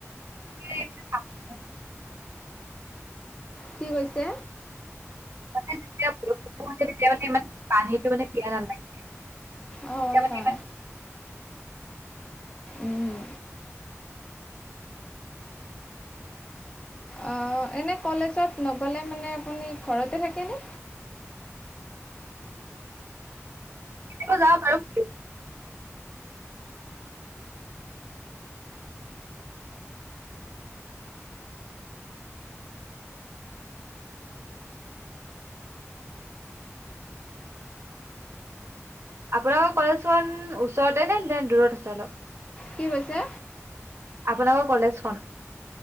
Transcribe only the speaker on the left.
কি কৈছে
হয়
হয়
উম অ এনে কলেজত নগলে মানে আপুনি ঘৰতে থাকেনে
কি কৈছে